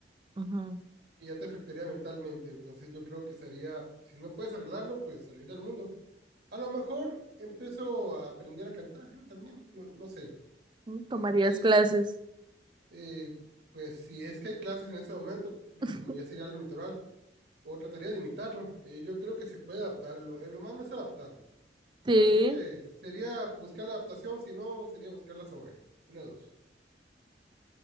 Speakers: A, on the right (about 25°); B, on the right (about 65°).
A: ujú.
B: y ya te afectaría mentalmente. Entonces yo creo que sería, si no puedes arreglarlo, pues salir del mundo. A lo mejor empiezo a aprender a cantar, yo también, no, no sé.
A: Mm,
B: Eh,
A: ¿Tomarías
B: de ahí,
A: clases?
B: eh, pues si es que hay clases en ese momento, porque
A: <laughs>
B: como ya sería algo natural, o trataría de imitarlo. Eh, yo creo que se puede adaptar, el, el humano es adaptable.
A: Sí,
B: Así que sería buscar la adaptación, si no, sería buscar la soga. Una, de dos.